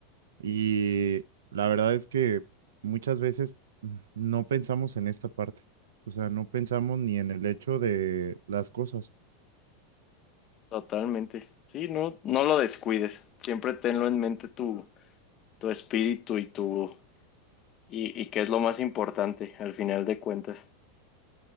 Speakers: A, on the right; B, on the left.
A: y la verdad es que muchas veces mm, no pensamos en esta parte. O sea, no pensamos ni en el hecho de las cosas.
B: Totalmente. Sí, no, no lo descuides. Siempre tenlo en mente tu, tu espíritu y tu y, y qué es lo más importante al final de cuentas.